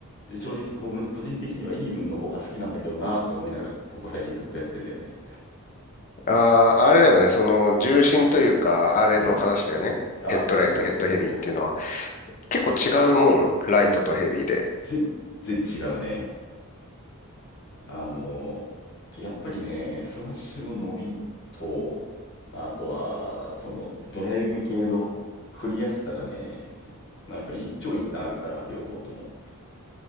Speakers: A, on the left; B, on the left.
A: 正直個分、個人的にはイーブンの方が好きなんだけどなーって思いながら、ここ最近ずっとやってんだよね。
B: ああ、あれだよね。その、重心というか、あれの話だよね。
A: うん。ああ、
B: ヘッドライト、
A: そうそうそうそう。
B: ヘッドヘビーっていうのは。結構違うもん。ライトとヘビーで。
A: あ、もう全然違うね。あの、やっぱりね、スマッシュの伸びと、あとは、そのドライブ系の振りやすさがね、まあやっぱり一長一短あるから、両方とも。